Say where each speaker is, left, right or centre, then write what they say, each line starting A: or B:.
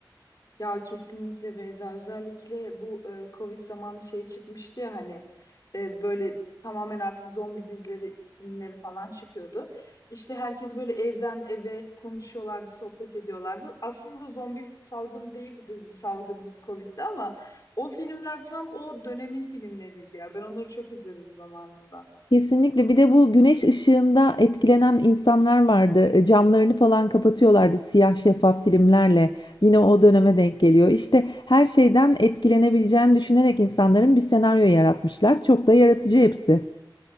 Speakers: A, on the left; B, on the left.
A: Ya kesinlikle Beyza özellikle bu e, Covid zamanı şey çıkmıştı ya hani e, böyle tamamen artık zombi dizileri filmleri falan çıkıyordu. İşte herkes böyle evden eve konuşuyorlardı, sohbet ediyorlardı. Aslında zombi salgını değildi bizim salgınımız Covid'di ama o filmler tam o dönemin filmleriydi ya. Ben onları çok izledim zamanında.
B: Kesinlikle. Bir de bu güneş ışığında etkilenen insanlar vardı. E, Camlarını falan kapatıyorlardı siyah şeffaf filmlerle. Yine o döneme denk geliyor. İşte her şeyden etkilenebileceğini düşünerek insanların bir senaryo yaratmışlar. Çok da yaratıcı hepsi.